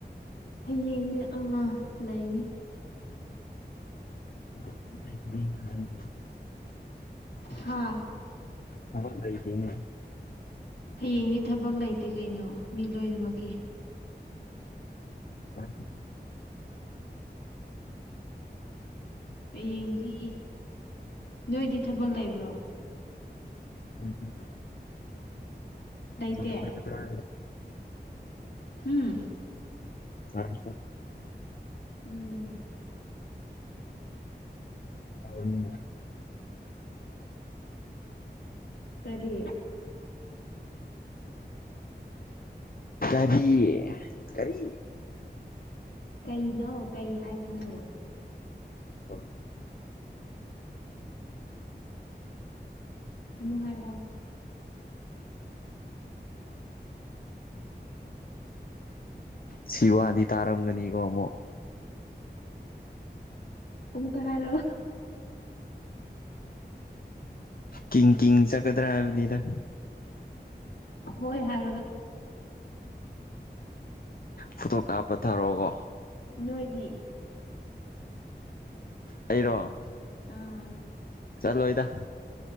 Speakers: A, on the left; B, on the left.
A: ꯍꯌꯦꯡꯗꯤ ꯑꯉꯥꯡ ꯂꯩꯅꯤ
B: <unintelligible>
A: ꯍꯥꯥ
B: ꯊꯕ ꯀꯥꯏꯗꯦꯅꯦ
A: ꯍꯌꯦꯡꯗꯤ ꯊꯕꯛ ꯂꯩꯇꯦ ꯀꯩꯅꯣ ꯃꯤ ꯂꯣꯏꯅꯃꯛꯀꯤ
B: ꯔ
A: ꯍꯌꯦꯡꯗꯤ ꯅꯣꯏꯗꯤ ꯊꯕꯛ ꯂꯩꯕ꯭ꯔꯣ
B: ꯎꯝ
A: ꯂꯩꯇꯦ
B: ꯄ ꯇꯥꯕ
A: ꯎꯝ
B: ꯆꯔ
A: ꯎꯝ
B: ꯅꯤ
A: ꯀꯔꯤ
B: ꯀꯔꯤ ꯀꯔꯤ
A: ꯀꯩꯅꯣ ꯀꯩ ꯍꯥꯏꯕꯅꯣ
B: ꯁ
A: ꯑꯃꯨꯛ ꯍꯥꯏꯔꯛꯑꯣ
B: ꯁꯤ ꯋꯥꯗꯤ ꯇꯥꯔꯝꯒꯅꯤ ꯔꯣꯃꯣ
A: ꯕꯨ ꯀꯥꯔ
B: ꯀꯤꯡꯗꯝ ꯀꯤꯡꯗꯝ ꯆꯠꯀꯗ꯭ꯔꯥ ꯍꯥꯏꯕꯅꯤꯗ
A: ꯍꯣꯏ ꯍꯥꯏꯔꯒ
B: ꯐꯣꯇꯣ ꯀꯥꯞꯄ ꯊꯥꯔꯛꯑꯣꯒꯣ
A: ꯅꯣꯏꯗꯤ
B: ꯑꯩꯔꯣ
A: ꯑꯥ
B: ꯆꯠꯂꯣ ꯏꯗ